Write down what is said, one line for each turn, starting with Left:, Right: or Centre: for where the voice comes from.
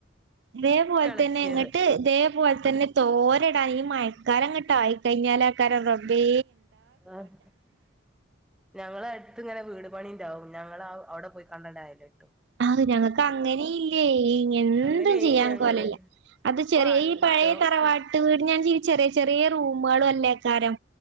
Right: ഇതേ പോലെ
Centre: ഇൻക്ക് എളച്ചിയേള്
Right: തന്നെ ഇങ്ങട്ട് ഇതേ പോലെ തന്നെ തോരടാ ഈ മയക്കാലംങ്ങിട്ട ആയിക്കഴിഞ്ഞാലക്കാരം റബേ
Centre: ആഹ് ഞങ്ങളട്ത്ത് ഇങ്ങനെ വീട് പണി ഉണ്ടാവും ഞങ്ങള് അവിടെ പോയി കാണ്ട അവടെ പൊയ്ക്കണ്ട അയിൽ കേട്ട്
Right: അഹ് ഞങ്ങക്ക് അങ്ങനെ ഇല്ലേ എന്തും
Centre: അങ്ങനെനി
Right: ചെയ്യാൻ
Centre: ഞങ്ങള്
Right: കൊലല്ല അത്
Centre: ഇപ്പൊ
Right: ചെറിയ
Centre: ആരുല്ലട്ടോ
Right: ഈ പഴയ തറവാ നാട്ട വീട് ഞാൻ ജീവിച്ച ചെറിയ ചെറിയ റൂമുകള അല്ലേക്കാരം